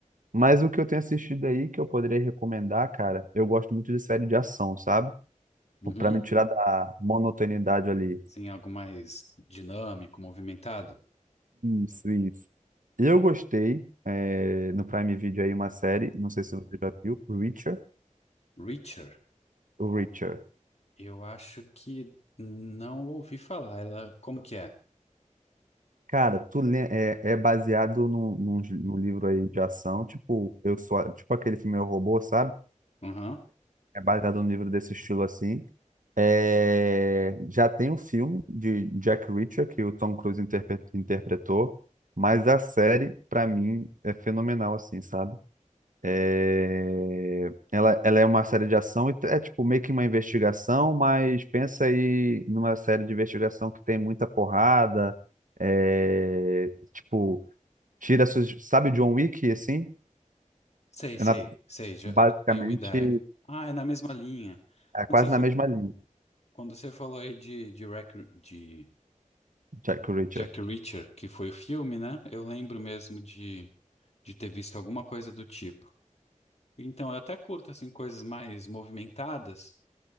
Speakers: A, on the right; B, on the left.
A: Mas o que eu tenho assistido aí que eu poderia recomendar, cara, eu gosto muito de série de ação, sabe?
B: Uhum.
A: Pra me tirar da monotonidade ali.
B: Sim, algo mais dinâmico, movimentado.
A: Isso, isso. Eu gostei, é, no Prime Video aí uma série, não sei se você já viu, Reacher.
B: Reacher,
A: Reacher.
B: eu acho que não ouvi falar. Ela, como que é?
A: Cara, tu lê, é, é baseado num, num, gi- num livro aí de ação, tipo, eu sou, a- tipo aquele filme Eu, Robô, sabe?
B: Uhum.
A: É baseado num livro desse estilo assim. É, já tem um filme de Jack Reacher que o Tom Cruise interpre- interpretou, mas a série, para mim, é fenomenal, assim, sabe? É, ela, ela é uma série de ação e é tipo meio que uma investigação, mas pensa aí numa série de investigação que tem muita porrada, é, tipo, tira suas, sabe John Wick, assim?
B: Sei, sei,
A: Ela
B: sei, já
A: basicamente
B: tenho uma ideia. Ah, é na mesma linha.
A: é
B: Quando
A: quase
B: você, fa-
A: na mesma linha,
B: quando você falou aí de, de, Rec- de
A: Jack Reacher.
B: Jack Reacher, que foi o filme, né? Eu lembro mesmo de, de ter visto alguma coisa do tipo. Então, eu até curto, assim, coisas mais movimentadas,